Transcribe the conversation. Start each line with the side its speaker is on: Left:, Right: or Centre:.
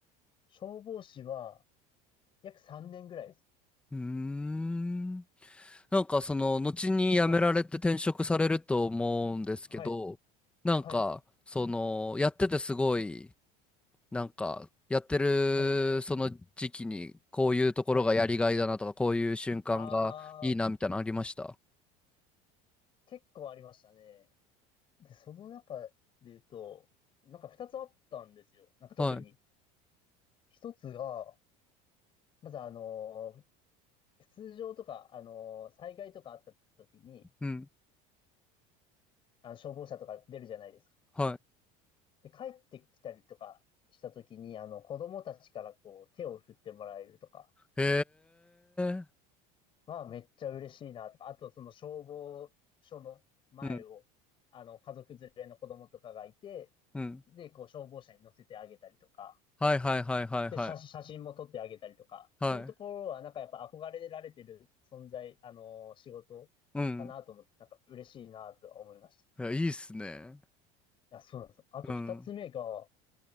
Left: 消防士は、約3年ぐらいです。
Centre: うーん。なんかその後に辞められて転職されると思うんですけど、
Left: はい。はい。
Centre: なんかそのやっててすごい、
Left: はい。
Centre: なんかやってるその時期にこういうところがやりがいだなとか、
Left: はい。はい。
Centre: こういう瞬間がいいなみたいなのありました
Left: あー、結構ありましたね。で、その中で言うと、なんか2つあったんですよ。なんか特に。
Centre: はい。
Left: 一つが、まずあの通常とか、あの、災害とかあった時に、
Centre: うん。
Left: あの、消防車とか出るじゃないですか。
Centre: は
Left: で、帰ってきたりとかした時に、あの、子供たちからこう、手を振ってもらえるとか
Centre: い。へえ。
Left: はめっちゃ嬉しいなとか、あとその消防署の前を、
Centre: うん。
Left: あの、家族連れの子供とかがいて、
Centre: うん。
Left: で、こう、消防車に乗せてあげたりとか、
Centre: はいはいはいはいはい。
Left: で、写真、写真も撮ってあげたりとか、
Centre: はい。
Left: そういうところはなんかやっぱ憧れられてる存在、あの、仕事かなと思って、
Centre: うん。
Left: なんか嬉しいなとは思いました。
Centre: いや、いいっすね。
Left: あ、そうなんです。あと二つ目が、
Centre: うん。